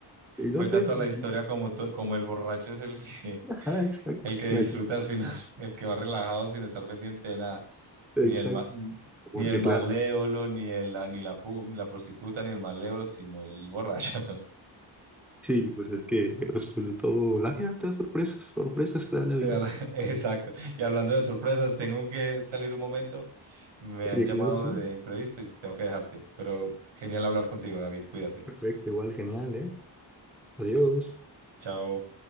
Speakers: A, in the centre; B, on the right.
A: y no
B: Cuenta
A: sé,
B: toda
A: o sea,
B: la historia
A: sí.
B: como, to- como el borracho es el que,
A: Ajá, exacto.
B: el que
A: la
B: disfruta
A: co-
B: al final, <laughs> el que va relajado sin estar pendiente de nada,
A: exacto.
B: ni el, ma-
A: Porque
B: ni el malévolo,
A: claro,
B: ni, el, la- ni, la, pu- ni la prostituta, ni el malévolo, sino el borracho. <laughs>
A: sí, pues es que después de todo, la vida te da sorpresas, sorpresas te da la
B: Te
A: vida.
B: da la- <laughs> Exacto. Y hablando de sorpresas, tengo que salir un momento. Me han
A: Oye,
B: llamado
A: claro, sí.
B: de imprevisto y tengo que dejarte. Pero genial hablar contigo, David. Cuídate.
A: Perfecto, igual, genial, ¿eh? Adiós.
B: Chao.